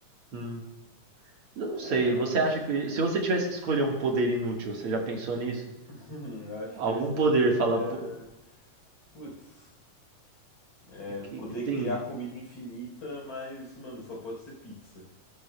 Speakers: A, on the right; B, on the left.
A: Hum. Eu não
B: É,
A: sei, você acha
B: acho,
A: que... Se você tivesse que escolher um poder inútil, você já pensou nisso?
B: <laughs> acho
A: Algum
B: que eu escolheria.
A: poder, fala... "Pô,
B: Putz, é,
A: é que
B: poder criar
A: tem
B: comida infinita, mas, mano, só pode ser pizza.